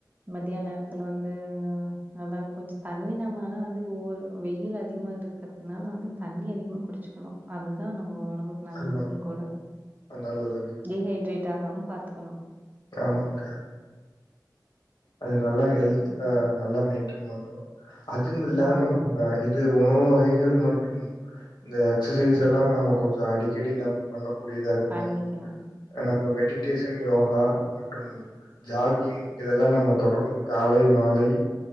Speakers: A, on the right; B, on the left.
A: மதியான நேரத்துல வந்து அதா கொஞ்ச தண்ணி நம்ம ஆனா வந்து ஒவ்வொரு வெயில் அதிகமா இருக்கிறதுனால வந்து தண்ணி அதிகமா குடிச்சுக்கணு அதுதான் நம்ம உடம்புக்கு நல்லதும்
B: ஆமா.
A: கூட
B: அதனாலதாங்க.
A: டீஹைட்ரேட் ஆகாம பாத்துக்கணும்.
B: ஆமாங்க்கா அது நல்லா ஹெல்தா
A: ம், ம்.
B: நல்லா மெயின்டென் பண்ணும் அதுவும் இல்லாம
A: ஆமா.
B: நம்ப இது உணவு வகைகள் மற்றும் இந்த எக்சசைஸ்ல்லாம் நம்ம கொஞ்சம் அடிக்கடி நம் பண்ணக்கூடியதா இருக்குல
A: பண்ணிக்கணும்.
B: நம்ம மெடிடேஷன் யோகா மற்றும் ஜாகிங் இதெல்லாம் நம்ம தொடர்ந்து காலை மாலை